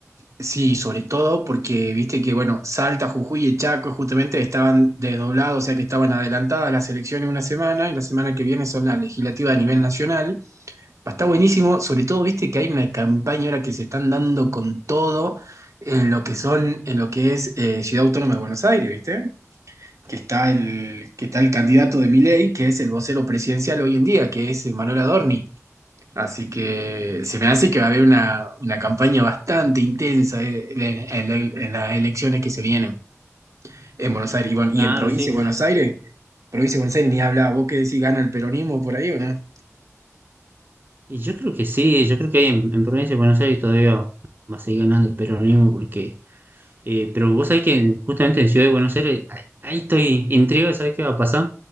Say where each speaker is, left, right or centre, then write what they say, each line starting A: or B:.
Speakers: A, on the right; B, on the right.
A: Sí, sobre todo porque, viste, que bueno, Salta, Jujuy y Chaco justamente estaban desdoblados, o sea que estaban adelantadas las elecciones una semana y la semana que viene son las legislativas a nivel nacional. Va Está buenísimo, sobre todo, viste que hay una campaña ahora que se están dando con todo en lo que son, en lo que es eh, Ciudad Autónoma de Buenos Aires, ¿viste? Que está el, que está el candidato de Milei, que es el vocero presidencial hoy en día, que es eh, Manuel Adorni. Así que se me hace que va a haber una, una campaña bastante intensa eh, en, en- en las elecciones que se vienen en Buenos Aires. Y bueno,
B: Claro,
A: y en provincia
B: sí.
A: de Buenos Aires, provincia de Buenos Aires ni habla, vos qué decís, gana el peronismo por ahí o no. <laughs>
B: Y yo creo que sí, yo creo que ahí en, en Provincia de Buenos Aires todavía va a seguir ganando el peronismo porque eh, pero vos sabés que en- justamente en Ciudad de Buenos Aires, ahí, ahí estoy intrigado, ¿sabés qué va a pasar?